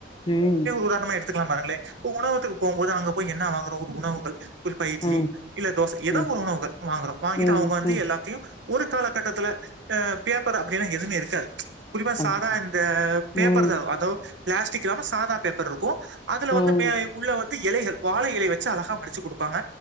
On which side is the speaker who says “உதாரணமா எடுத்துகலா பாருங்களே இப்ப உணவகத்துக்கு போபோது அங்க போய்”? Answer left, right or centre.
Right